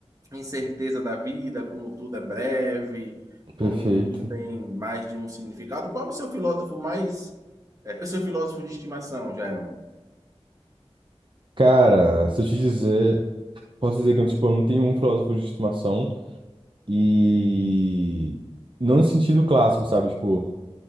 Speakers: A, on the right; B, on the right.
A: incerteza da vida, como tudo é breve,
B: Perfeito.
A: como tudo tem mais de um significado. Qual é o seu filósofo mais, é, o seu filósofo de estimação, Jairo?
B: Cara, se eu te dizer, posso dizer que tipo, eu não tenho um filósofo de estimação e não no sentido clássico, sabe? Tipo,